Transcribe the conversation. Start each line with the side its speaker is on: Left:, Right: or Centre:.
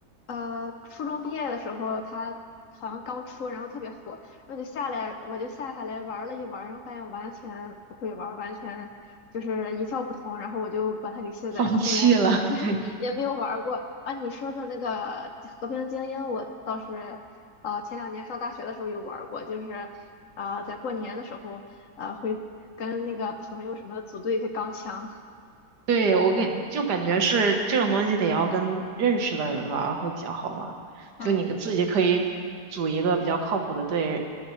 Left: 呃初中毕业的时候，它好像刚出，然后特别火，然后就下来，我就下下来玩了一玩，然后发现完全不会玩，完全就是一窍不通，然后我就把它给卸载了，
Right: 放弃了，
Left: 后来 <laughs> 对也没有玩过。
Right: <laughs> 对。
Left: 啊，你说的那个《和平精英》，我倒是呃前两年上大学的时候有玩过，就是呃在过年的时候呃会跟那个朋友什么的组队去钢枪。
Right: 对，我跟就感觉是这种东西得要跟认识的人玩儿会比较好玩儿，
Left: <laughs> 对
Right: 就你个自己可以组一个比较靠谱的队，